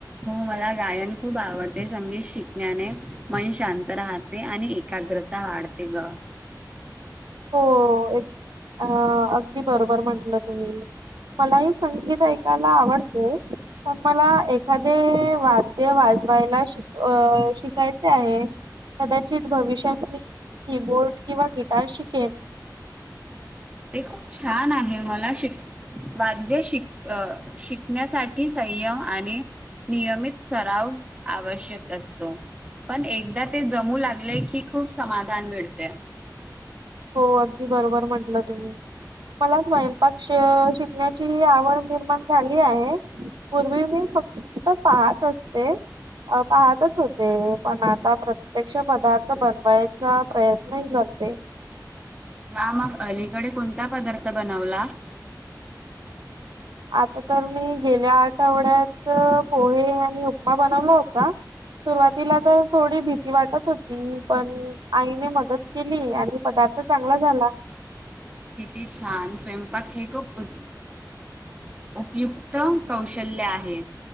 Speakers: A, on the right; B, on the right.
A: हो मला गायन खूप आवडते संगीत शिकण्याने मन शांत राहते आणि एका - काग्रता वाढते ग
B: हो एक अ अगदी बरोबर म्हंटल तुम्ही मलाही संगीत ऐकायला आवडते पण मला एखादे वाद्य वाजवायला शिकायचे अ शिकायचे आहे कदाचित भविष्यातही कीबोर्ड किंवा गिटार शिकेन
A: ते खूप छान आहे मला शिक वाद्य शिक अ शिकण्यासाठी संयम आणि नियमित सराव आवश्यक असतो पण एकदा ते जमू लागले की खूप समाधान मिळतेय
B: हो अगदी बरोबर म्हंटल तुम्ही मला स्वयंपाक शि शिकण्याची आवड निर्माण झाली आहे पूर्वी मी फक्त त पाहत असते अ पाहतच होते पण आता प्रत्यक्ष पदार्थ बनवायचा प्रयत्नही करते ते अ
A: वा मग अलीकडे कोणता पदार्थ बनवला
B: आता तर मी गेल्या आठवड्यात पोहे आणि उपमा बनवला होता सुरुवातीला तर थोडी भीती वाटत होती पण आईने मदत केली आणि पदार्थ आता चांगला झाला
A: किती छान स्वयंपाक हे खूप उत्त उपयुक्त कौशल्य आहे